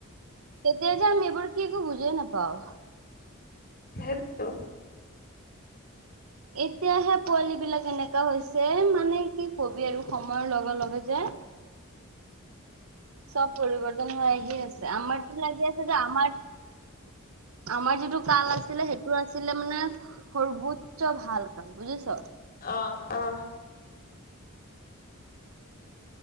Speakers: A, on the right; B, on the left.
A: তেতিয়া যে আমি এইবাৰ কি একো বুজিই নাপাও।
B: হল' <unintelligible>
A: এতিয়াাহে পোৱালী বিলাক এনেকা হৈছে মানে কি কবি আৰু সময়ৰ লগে লগে যে- <inaudible> চব পৰিৱৰ্তন হৈ আহি আছে। আমাৰতো লাগি আছে যে আমাৰ- আমাৰ যিটো কাল আছিলে সেইটো আছিলে মানে সৰ্বোচ্চ ভাল কাল বুজিছ।
B: আহ আহ।